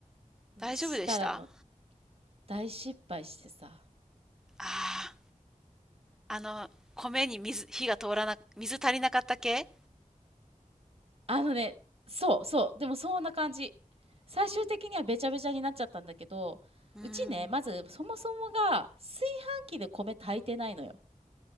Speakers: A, in the centre; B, on the right.
A: 大丈夫でしたあ
B: したらもう大失敗してさ。
A: あー、あの、米に水、火が通らな、水足りなかった系
B: あのね、そうそう。でもそんな感じ。最終的にはべちゃべちゃになっちゃったんだけど、
A: うん。
B: うちね、まずそもそもが炊飯器で米炊いてないのよ。